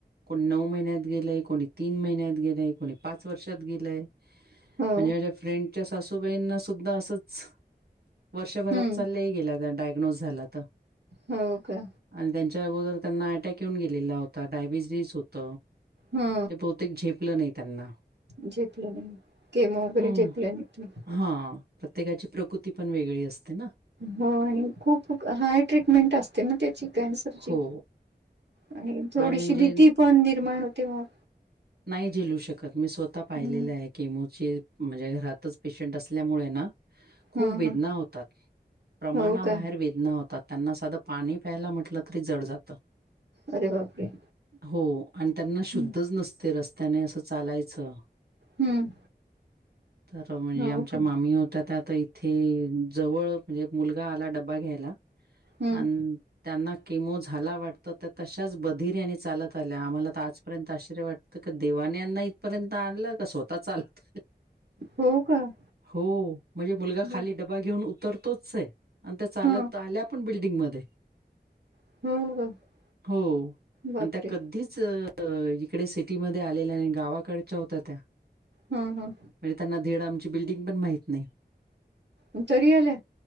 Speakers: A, on the right (about 65°); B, on the right (about 85°).
A: कोणी नऊ महिन्यात गेलय, कोणी तीन महिन्यात गेलय, कोणी पाच वर्षात गेलय.
B: हो
A: म्हणजे माझ्या फ्रेंडच्या सासूबाईना सुद्धा असच वर्षभराचा
B: हम्म
A: लई गेला, डायग्नोज झाला आता
B: हो का,
A: आणि त्यांच्या अगोदर त्यांना अटॅक येऊन गेलेला होता. डायबिटीस होत.
B: हो
A: ते, बहुतेक झेपल नाही त्यांना
B: झेपल नाही, किमो वगैरे
A: हं.
B: झेपल नाही.
A: हां, प्रत्येकाची प्रकृती पण वेगळी असते ना,
B: हो आणि खूप हाय ट्रीटमेंट असते. ना त्याची कॅन्सरची
A: हो.
B: आणि थोडीशी
A: हाय म्हणजे
B: भीती पण निर्माण होते. मग
A: नाही झेलू शकत. मी स्वतः
B: हम्म.
A: पाहिलेलं आहे. किमोचे म्हणजे घरातच पेशंट असल्यामुळे ना, खूप
B: हा
A: वेदना
B: हा
A: होतात प्रमाणाबाहेर
B: हो का
A: वेदना होतात त्यांना साद पाणी प्यायला म्हटलं तरी जड जातं.
B: अरे बापरे.
A: हो आणि त्यांना शुद्धच
B: हम्म
A: नसते रस्त्याने असं चालायचं.
B: हम्म.
A: तर म्हणजे आमच्या
B: हो का
A: मामी होत्या त्या ताय थे जवळ म्हणजे मुलगा आला डबा घ्यायला
B: हम्म
A: आण त्यांना किमो झाला वाटतं त्या तशाच बधिऱ्याने चालत आल्या आम्हाला तर आजपर्यंत आश्चर्य वाट त -का देवाने यांना इथपर्यंत आणलं का स्वतः चालत.
B: हो का.
A: हो म्हणजे मुलगा खाली
B: बाप
A: डबा घेऊन उतरतोच ए. आणि त्या चालत
B: हा
A: आल्या पण बिल्डिंगमध्ये.
B: <unintelligible>
A: हो
B: बापरे
A: आणि त्या कधीच तर इकडे सिटीमध्ये आलेल्या नाय गावाकडच्या होत्या त्या.
B: हा हा.
A: म्हणजे त्यांना धीड आमची बिल्डिंग पण माहीत नाय.
B: म तरीही आल्या?